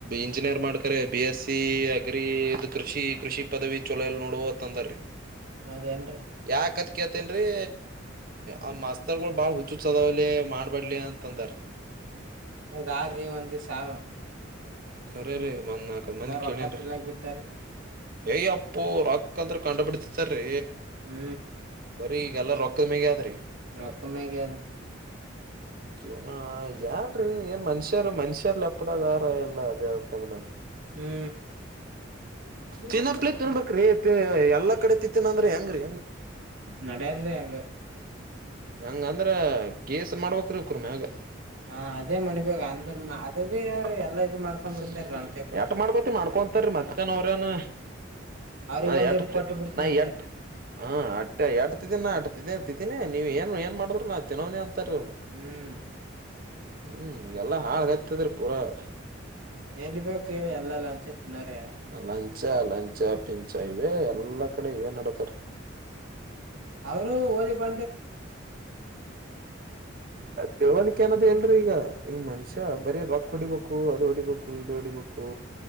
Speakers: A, on the right (about 45°); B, on the right (about 80°).
A: ಇಂಜಿನಿಯರ್ ಮಾಡ್ಕರೆ ಬಿ ಎಸ್ ಸಿ ಅಗ್ರಿ ಇ ಕೃಷಿ ಕೃಷಿ ಪದವಿ ಚೊಲ ಇಲ್ ನೋಡು ತ್ತಂದರಿ
B: ಹೌದೇನ್ರಿ
A: ಯಾಕತ್ತ ಕೇಳ್ತೀನ್ರಿ. ಆ ಮಾಸ್ತರಗೋಳ ಬಾಳ ಹುಚ್ಚ ಹುಚ್ಚ ಅದಾವ್ಲೇ ಮಾಡಬಾಡ್ಲೆ ಅಂತ ಅಂದಾರ.
B: ಹೌದಾ ರಿ ಒಂದಸಾವ
A: ಕರರೀ ಒಂದ ನಾಕ ಮಂದಿ
B: ರೊಕ್ಕ
A: ಕೇಳಿನ್ರೀ
B: ತಿಲ್ಲಕ್ ಬಿದ್ದಾರಿ
A: ಯ ಅಪ್ಪು ರಕ್ ಕ್ಕಂದ್ರ ಕಂಡ ಪಟಿ ತಿತ್ತಾರಿ.
B: ಹ್ಮ.
A: ರೀ ಈಗೆಲ್ಲ ರೊಕ್ಕದ ಮೇಗ್ಯ ಅದ್ರೀ.
B: ರೋಕ್ಕ ಮ್ಯಾಗೆದ.
A: ಜ ಹ ಇದ ಯಾನರೀ ಏನ್ ಮನುಷ್ಯರ ಮನುಷ್ಯರ ಲೇಪ್ಪದಾಗ ಆರ ಎಲ್ಲ ಅದೇ ಅರ್ಥ ಆಗಲ್ಲ.
B: ಹ್ಮ. <unintelligible>
A: ತಿನ್ನಪ್ಲೆ ತಿನ್ಬೇಕ್ರೀ ಎಲ್ಲಾ ಕಡೆ ತಿತ್ತಿನ ಅಂದ್ರೆ ಹೆಂಗ್ರೀ
B: ನಡ್ಯಾಲರಿ ಹಂಗ
A: ಹಂಗ ಅಂದ್ರ ಕೇಸ್ ಮಾಡ್ಬೇಕ್ರೀ ಇವ್ಕರ ಮ್ಯಾಗ
B: ಹಾ ಅದೇ ಮಣಿಬೇಗ
A: <unintelligible>
B: ಅಂದ್ರ ಮ- ಅದ ಭಿ ಅವ್ರು ಎಲ್ಲಾ ಇದು ಮಾಡ್ಕೊಂಡ್ ಬಿಡ್ತಾರ ಲಂಚ ಕೊಟ್ಟ
A: ಯಟ್ಟ ಮಾಡ್ಕೋತಿ ಮಾಡ್ಕೋ ಕೊಂತಾರಿ ಮತ್ತನ ಅವರೇನ
B: ಅವ್ರಿಗ್
A: ನಾ
B: ಒಂದ್
A: ಎಟ್ಟತ
B: ಇಟ್ ಕೊಟ್ಟ ಬಿಡ್ತನಿ
A: ನಾ
B: ಅಂತಾರೀ
A: ಎಟ್ಟ ಹ ಅಟ್ಟ ಎಟ್ಟ ತಿತ್ತಿನ ನಾ ಆಟತಿದ್ದ ಅತಿ ನೇ ನೀವ ಏನ ಏನ ಮಾಡಿದ್ರು ನಾ ತಿನ್ನವನೇ ಅಂತಾರ ಅವ್ರ
B: ಹ್ಮ್
A: ಹ್ಮ ಎಲ್ಲಾ ಹಾಳ್ಗತದರಿ ಪೂರ <unintelligible>
B: ಎಲ್ಲಿ ಬೇಕ್ ಹೇಳಿ ಎಲ್ಲಾ ಲಂಚ ತಿನ್ನೋರ್ ಯಾರ್
A: ಲಂಚ ಲಂಚ ಪಿ ಚ ಇವೇ ಎಲ್ಲಾ ಕಡೆ ಇವೆ ನಡತರ
B: ಅವರು ಓದಿ ಬ
A: ತಿಳ್ವಳಕ್ಕೆ ಅನದ ಇಲ್ರಿ ಈಗ ಈಗ ಮನಸ್ಯ ಬರೀ ರೊಕ್ಕ ಹೊಡಿಬೇಕು ಅದು ಹೊಡಿಬೇಕು ಇದು ಹೊಡಿಬೇಕು.